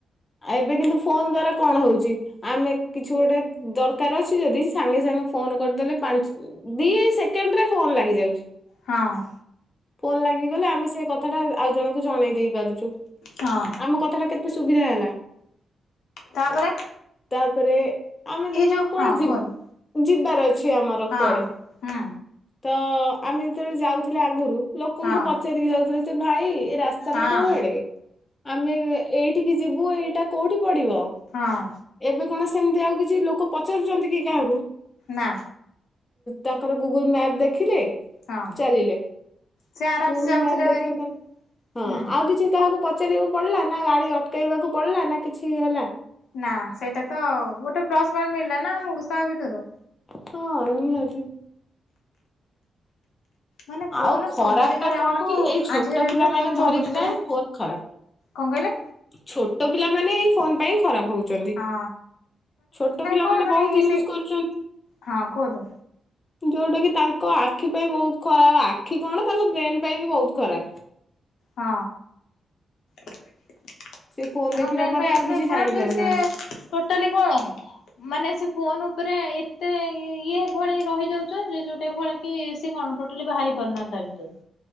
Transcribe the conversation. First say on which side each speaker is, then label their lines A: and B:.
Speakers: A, on the left (about 20°); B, on the left (about 80°).
A: ଆ ଏବେ କିନ୍ତୁ ଫୋନ ଦ୍ଵାରା କଣ ହଉଛି? ଆମେ କିଛି ଗୋଟେ ଦରକାର ଅଛି ଯଦି ସାଙ୍ଗେ ସାଙ୍ଗେ ଫୋନ କରିଦେଲେ ପାଞ୍ଚ ଦି ସେକେଣ୍ଡ ରେ ଫୋନ୍ ଲାଗିଯାଉଛି।
B: ହଁ।
A: ଫୋନ୍ ଲାଗିଗଲେ ଆମେ ସେ କଥା ଟା ଆଉ ଜଣଙ୍କୁ ଜଣେଇ ଦେଇ ପାରୁଛୁ।
B: ହଁ
A: ଆମ କଥା ଟା କେତେ ସୁବିଧା ହେଲା।
B: ତାପରେ?
A: ତାପରେ ଆମେ
B: ଏଇ
A: ଧର
B: ଯୋଉ
A: କୁଆଡେ
B: ହଁ
A: ଯି
B: କୁହନ୍ତୁ
A: ଯିବାର ଅଛି ଫେ ଆମର
B: ହଁ
A: କୁଆଡେ
B: ହୁଁ
A: ତ ଆମେ ଯେତେବେଳେ ଯାଉଥିଲେ ଆଗରୁ ଲୋକଙ୍କୁ
B: ହଁ
A: ପଚାରିକି ଯାଉଥିଲେ ଯେ ଭାଇ ଏ ରାସ୍ତା
B: ହଁ
A: ଟା କୋଉଆଡେ ଆମେ ଏଇ ଏଠିକି ଯିବୁ ଏଇଟା କୋଉଠି ପଡିବ?
B: ହଁ।
A: ଏବେ କଣ ସେମିତି ଆଉ କିଛି ଲୋକ ପଚାରୁଛନ୍ତି କି କାହାକୁ?
B: ନା।
A: ତାଙ୍କର ଗୁଗୁଲ ମ୍ୟାପ ଦେଖିଲେ
B: ହଁ
A: ଚାଲିଲେ।
B: ସେ ଆରାମସେ
A: ଗୁଗଲ
B: ଯାଉଥିଲେ
A: ମ୍ୟାପ ଦେଖିବା
B: ଭାରି
A: ଦର୍
B: ହୁଁ
A: ହଁ କିଛି କାହାକୁ ପଚାରିବାକୁ ପଡିଲା ନା ଗାଡି ଅଟକେଇବାକୁ ପଡିଲା ନା କିଛି ହେଲା।
B: ନା ସେଇଟା ତ ଗୋଟେ ପ୍ଲସ୍ ପଏଣ୍ଟ ମିଳିଲା ନା ଆମକୁ ତା ଭିତରୁ।
A: ହଁ ନିହାତି।
B: ମାନେ ଫୋନ
A: ଆଉ ଖରାପ
B: ସବୁ ଜାଗାରେ
A: ଟା କଣ
B: ଆମକୁ
A: କି ଏଇ ଛୋଟ
B: ଆଜିକା ଡେଟ୍ଟରେ
A: ପିଲାମାନେ
B: ଫୋନ
A: ଧରିକିନା
B: ସବୁ ଜାଗାରେ।
A: ଫୋନ ଖରାପ।
B: କଣ କହିଲେ?
A: ଛୋଟ ପିଲାମାନେ ଏଇ ଫୋନ ପାଇଁ ଖରାପ ହଉଛି।
B: ହଁ
A: ଛୋଟ ପିଲାମାନେ
B: କଣ ମାନେ
A: ବହୁତ
B: ଇଏ
A: ୟୁଜ
B: ସେ
A: କରୁଛନ୍ତି।
B: ହଁ କୁହନ୍ତୁ।
A: ଯଉଟା କିି ତାଙ୍କ ଆଖି ପାଇଁ ବହୁତ ଖରାପ ଆଖି କଣ ତାଙ୍କ ବ୍ରେନ ପାଇଁ ବି ବହୁତ ଖରାପ।
B: ହଁ। ତାଙ୍କ
A: ସେ ଫୋନ ଦେଖିଲା
B: ବ୍ରେନ
A: ପରେ
B: ପାଇଁ
A: ଆଉ
B: ଏଥିପାଇଁ
A: କିଛି
B: ଖରାପ
A: ଜାଣି
B: ଯେ
A: ପାରୁନାହାନ୍ତି।
B: ସି ଟୋଟାଲି କଣ। ମାନେ ସେ ଫୋନ ଉପରେ ଏତେ ଇଏ ଭଳି ରହି ଯାଉଛନ୍ତି ଯେ ଯୋଉଟା ଭଳି। କି ସେ କଣ ଟୋଟାଲି ବାହାରି ପାରୁନାହାନ୍ତି ତା ଭିତରୁ।